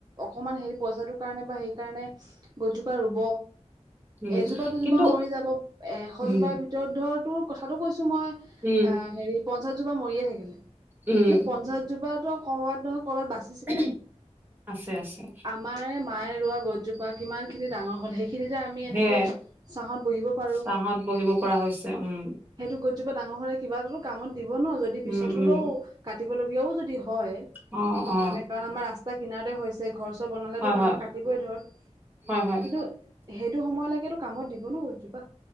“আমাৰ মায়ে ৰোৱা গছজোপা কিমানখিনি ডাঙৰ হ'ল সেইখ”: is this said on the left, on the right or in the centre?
Right